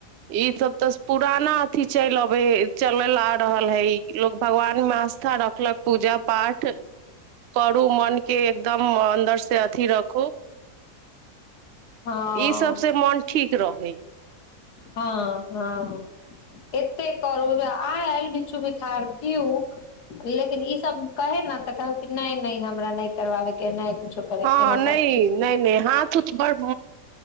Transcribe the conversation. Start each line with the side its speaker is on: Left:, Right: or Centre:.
Right: ई सब त पुराना इति चल लबे चल ल आ रहल है लोग भगवान में आस्था रखलक पूजा पाठ करू मन के एकदम अन्दर से से अथी रखू
Left: हँ
Right: ई सबसँ मन ठीक रहैए
Left: हँ हँ एते करू आयल बिचछू बिखार दिउ लेकिन ई सभ कहे ने तऽ कह नहि नहि हमरा नहि करबाबेके नहि कुछो करे
Right: हँ
Left: के है
Right: नहि
Left: सब चीज
Right: नहि नहि हाथ उथ बड़